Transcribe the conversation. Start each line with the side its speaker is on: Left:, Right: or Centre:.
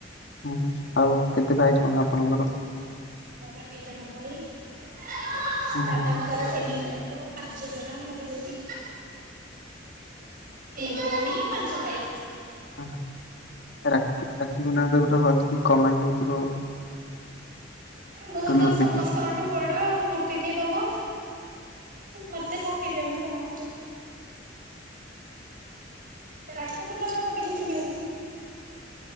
Left: ଓ ହୋ, ଆଉ କେତେ ଭାଇ କଣ ଆପଣଙ୍କର?
Right: ମୋର ଦି ଜଣ ଭାଇ, ଦାଦାଙ୍କର
Left: ହୁଁ ହୁଁ
Right: ତିନି ଜଣ। ହ ପାଞ୍ଚ ଜଣ ଭାଇ ଭଉଣୀ। ଦି ଭଉଣୀ ପାଞ୍ଚ ଭାଇ।
Left: ହଁ। ରାକ୍ଷୀ, ରାକ୍ଷୀ ବିନା <unintelligible> ଦଉଥିବ
Right: ମୁଁ ତ
Left: ଲୁଟିକି।
Right: ସମସ୍ତଙ୍କ ଠୁ ବଡ଼ ଆଉ। ମତେ କିଏ ଦବ? ମତେ ଠକି ଦିଅନ୍ତି ସମସ୍ତେ। ରାକ୍ଷୀ ପୂର୍ଣ୍ଣିମାରେ ମତେ କିଛିି ଦିଅନ୍ତିନି।